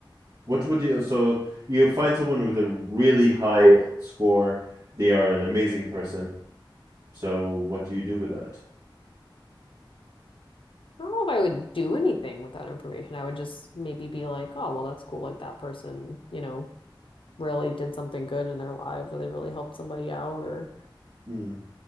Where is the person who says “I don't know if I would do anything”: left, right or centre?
Left